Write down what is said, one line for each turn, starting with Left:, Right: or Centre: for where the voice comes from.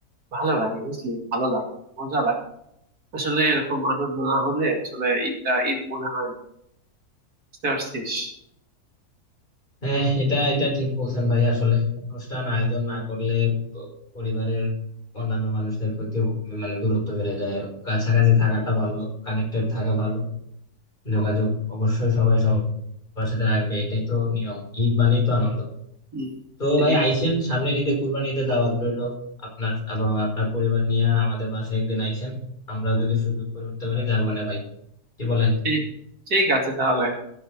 Right: ভালো লাগে বুঝলি ভালো লাগে মজা লাগে আসলে এরকম আনন্দ না হলে আসলে ঈদটা ঈদ মনে হয় না বুঝতে পারছিস
Left: হ্যাঁ এটা এটা ঠিক বলছেন ভাই আসলে অনুষ্ঠান আয়োজন না করলে প- পরিবারের অন্যান্য মানুষদের প্রতি মানে দূরত্ব বেড়ে যায় কাছাকাছি থাকাটা ভালো কানেক্টেড থাকা ভালো যোগাযোগ অবশ্যই সবাই সবার সাথে রাখবে এটাই তো নিয়ম ঈদ মানেই তো আনন্দ
Right: হম,
Left: তো
Right: ঠিকই
Left: ভাই আইসেন সামনের ঈদে কুরবানি ঈদে দাওয়াত রইলো আপনার আবার আপনার পরিবার নিয়ে আমাদের বাসায় একদিন আইসেন আমরা যদি সুযোগ করে উঠতে পারি যাবো না ভাই কি বলেন
Right: বলছিস। ঠিক আছে তাহলে